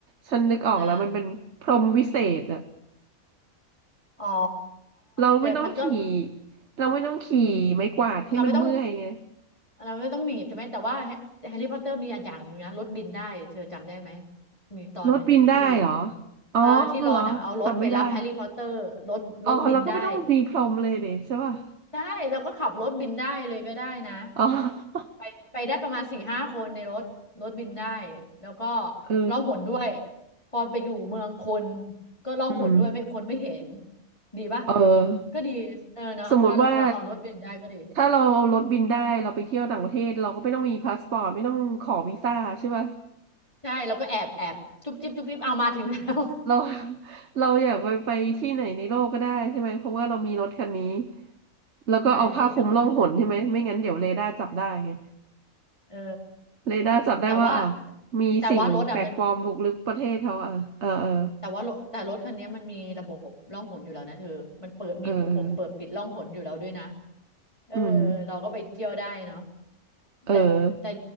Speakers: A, on the right; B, on the left.
A: ฉันนึกออกแล้วมันเป็นพรหมวิเศษอะ
B: ๆอ่าอ๋อ
A: เราไม่ต้องขี่
B: แต่มันก็
A: เราไม่ต้องขี่ไม้กวาดให้มันเมื่อยไง
B: อืมเราไม่ต้องเราไม่ต้องหนีบใช่ไหมแต่ว่าแฮร์รี่พอตเตอร์มีอันอย่างหนึ่งนะรถบินได้เธอจำได้ไหมมีตอนหนึ่งอ่ะที่
A: รถบินได้เหรออ๋อเหรอจำไม่ได้
B: เอ่อที่รอนอ่ะเอารถไปรับแฮร์รี่พอตเตอร์รถรถบินได้
A: อ๋อเราก็ไม่ต้องมีพรหมเลยเดใช่ป่ะ
B: ใช่เราก็ขับรถบินได้เลยก็ได้นะ
A: อ๋อ <laughs>
B: ไปไปได้ประมาณสี่ห้าคนในรถรถบินได้แล้วก็
A: เออ
B: ร้องหนด้วยพอไปอยู่เมืองคนก็ร้องหนด้วยไม่คนไม่เห็น
A: อืม
B: ดีป่ะ
A: เออ
B: ก็ดีเออเนาะเราเราเราเอารถบินได้ก็ดี
A: สมมติว่าถ้าเราเอารถบินได้เราไปเที่ยวต่างประเทศเราก็ไม่ต้องมีพาสปอร์ตไม่ต้องขอวีซ่าใช่ป่ะ
B: ใช่แล้วก็แอบแอบจุ๊บจิ๊บจุ๊บจิ๊บเอามาถึงแล้ว
A: เรา <laughs> เราอยากไปไปที่ไหนในโลกก็ได้ใช่ไหมเพราะว่าเรามีรถคันนี้
B: <laughs>
A: แล้วก็เอาผ้าคลุมล่องหนใช่ไหมไม่งั้นเดี๋ยวเรดาร์จับได้ไง
B: ใช่แล้วก็เออ
A: เรดาร์จับได้ว่าอ้าว
B: แต่ว่า
A: มีสิ่งแปลกปลอมบุกรุกประเทศเขาอ่ะเออเออ
B: แต่ว่ารถอ่ะมันแต่ว่ารถแต่รถคันนี้มันมีระบบร่องหนอยู่แล้วนะเธอมันเปิดมีปุ่มเปิดปิดร่องหนอยู่แล้วด้วยนะ
A: เออเออ
B: เออ
A: อืม
B: เราก็ไปเที่ยวได้เนาะ
A: เออ
B: แต่แต่